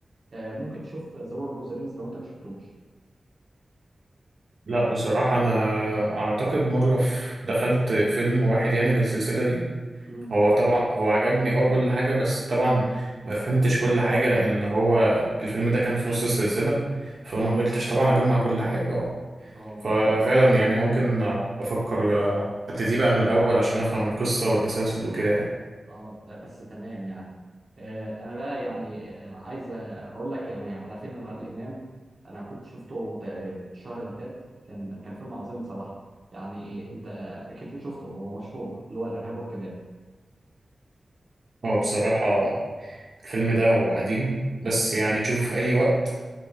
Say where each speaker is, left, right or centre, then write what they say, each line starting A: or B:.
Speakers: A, on the right (about 40°); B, on the right (about 55°).
A: آه، ممكن تشوف ذا لورد اوف ذا رينجز لو انت ما شفتوش
B: لا بصراحة أنا أعتقد مرة في دخلت فيلم واحد يعني من السلسلة دي
A: امم
B: هو طبعا هو عجبني أه كل حاجة بس طبعا ما فهمتش كل حاجة لأن هو الفيلم ده كان في نص السلسلة فما قدرتش طبعا أجمع كل حاجة أه
A: اه
B: ففعلا يعني ممكن أفكر أبتدي بقى من الأول عشان أفهم القصة والتسلسل وكده يعني
A: اه لا بس تمام يعني آه انا بقى يعني آه عايز اقول لك يعني على فيلم لعادل امام انا كنت شفته تقريبا الشهر اللي فات كان كان فيلم عظيم بصراحه يعني انت اكيد شفته هو مشهور اللي هو الارهاب والكباب
B: هو بصراحة الفيلم ده هو قديم بس يعني تشوفه في أي وقت